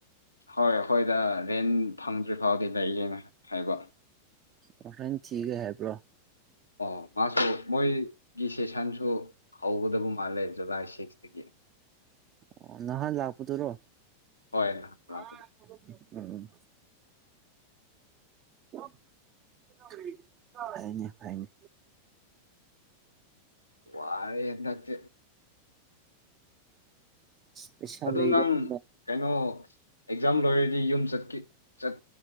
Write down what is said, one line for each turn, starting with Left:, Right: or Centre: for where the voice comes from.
Left: ꯍꯣꯏ ꯑꯈꯣꯏꯗ ꯔꯦꯟ ꯐꯪꯗ꯭ꯔꯤ ꯐꯥꯎꯗꯤ ꯂꯩꯌꯦꯅ ꯍꯥꯏꯕ
Right: ꯑꯣ ꯔꯦꯟ ꯊꯤꯒꯦ ꯍꯥꯏꯕ꯭ꯔꯣ
Left: ꯑꯣ ꯃꯥꯁꯨ ꯃꯣꯏꯒꯤ ꯁꯦꯁꯟꯁꯨ ꯍꯧꯒꯗꯕ ꯃꯥꯜꯂꯦ ꯖꯨꯂꯥꯏ ꯁꯤꯛꯁꯇꯒꯤ
Right: ꯑꯣ ꯅꯍꯥꯟ ꯂꯥꯛꯄꯗꯨꯔꯣ
Left: ꯍꯣꯏ ꯅꯍꯥꯟ ꯂꯥꯛ
Right: ꯕꯥꯏ ꯊꯧꯗꫭꯛꯄꯤꯌꫭ ꯎꯝ ꯎꯝ <unintelligible> ꯀꯔꯤ ꯐꯩꯅꯦ ꯐꯩꯅꯦ
Left: ꯋꯥꯔꯦ ꯍꯟꯗꯛꯇꯤ
Right: ꯑꯁ ꯄꯩꯁꯥ
Left: ꯑꯗꯨ
Right: ꯂꯩꯗꯕꯅꯤꯅ
Left: ꯅꯪ ꯀꯩꯅꯣ ꯑꯦꯛꯖꯥꯝ ꯂꯣꯏ ꯇꯤ ꯌꯨꯝ ꯆꯠꯀꯤ ꯆꯠ